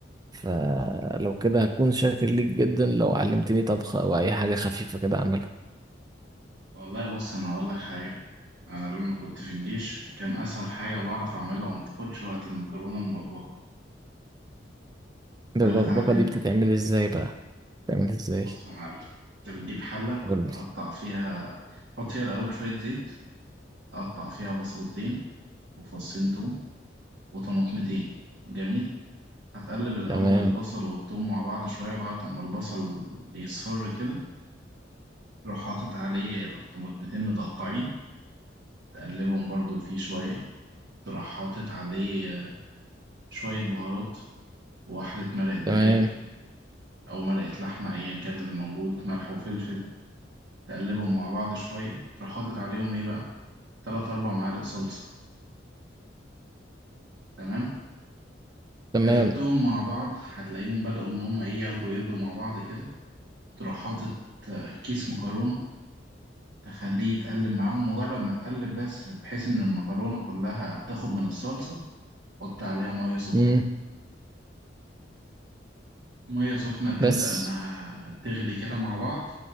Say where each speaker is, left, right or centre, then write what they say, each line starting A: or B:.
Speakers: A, on the right; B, on the right.
A: فلو كده هكون شاكر ليك جدا لو علمتني طبخة أو أي حاجة خفيفة كده أعملها
B: والله بص انا هقول لك حاجة انا لما كنت في الجيش كان اسهل حاجة بعرف اعملها وما بتاخدش وقت المكرونة المبكبكة
A: البكبكة
B: ده اللي اتعلمته
A: دي بتتعمل إزاي بقى؟ بتتعمل إزاي؟
B: بص يا معلم انت بتجيب حلة
A: قولي
B: تقطع فيها تحط فيها الاول شوية زيت تقطع فيها بصلتين وفصين توم وطماطمتين جميل هتقلب الأول
A: تمام
B: البصل والثوم مع بعض شوية لغاية أما البصل يصفر كده تروح حاطط عليه الطماطمتين متقطعين تقلبهم برضو فيه شوية تروح حاطط عليه شوية بهارات وواحدة مرقة دجاج
A: تمام
B: أو مرقة لحمة أيا كان اللي موجود ملح وفلفل تقلبهم مع بعض شوية تروح حاطط عليهم إيه بقى تلات أربع معالق صلصة تمام
A: تمام
B: قلبتهم مع بعض هتلاقيهم بدأوا إن هما إيه ياخدوا يدوا مع بعض كده تروح حاطط كيس مكرونة تخليه يتقلب معاهم مجرد ما تقلب بس بحيث إن المكرونة كلها تاخد من الصلصة حط عليها مية سخنة
A: مم.
B: مية سخنة تبدأ
A: بس
B: إنها تغلي كده مع بعض